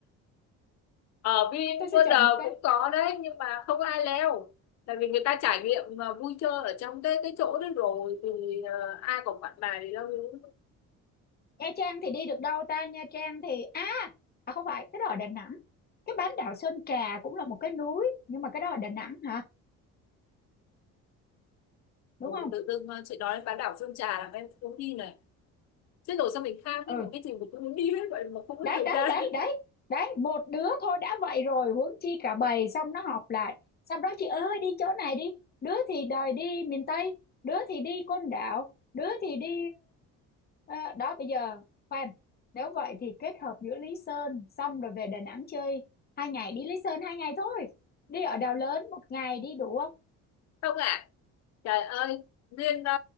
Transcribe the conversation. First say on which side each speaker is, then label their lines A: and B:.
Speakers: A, on the left; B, on the left.
A: ở
B: <laughs>
A: VinWonder
B: tôi sẽ chọn một cái
A: cũng có đấy nhưng mà không ai leo. Tại vì người ta trải nghiệm mà vui chơi ở trong cái cái chỗ đấy rồi thì à, ai còn bạn bài thì leo núi.
B: Nha Trang thì đi được đâu ta Nha Trang thì à à không phải cái đó ở Đà Nẵng cái bán đảo Sơn Trà cũng là một cái núi nhưng mà cái đó ở Đà Nẵng hả đúng
A: Ừ,
B: không
A: tự dưng à, chị nói đến bán đảo Sơn Trà là em cũng đi này. Chết rồi sao mình kham ấy
B: ừ
A: mà cái gì mình cũng muốn đi hết vậy mà không có
B: đấy
A: thời
B: đấy
A: gian.
B: đấy đấy đấy một đứa thôi đã vậy rồi huống chi cả bầy xong nó học lại xong đó chị ơi đi chỗ này đi đứa thì đòi đi miền Tây đứa thì đi Côn Đảo đứa thì đi ờ, ờ, đó bây giờ khoan nếu vậy thì kết hợp giữa Lý Sơn xong rồi về Đà Nẵng chơi hai ngày đi Lý Sơn hai ngày thôi đi ở Đảo Lớn một ngày đi đủ không
A: không ạ trời ơi nên ờ,